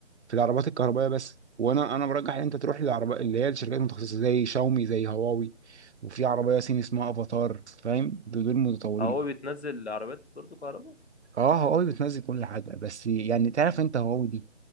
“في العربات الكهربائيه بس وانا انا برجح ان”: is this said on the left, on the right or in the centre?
Right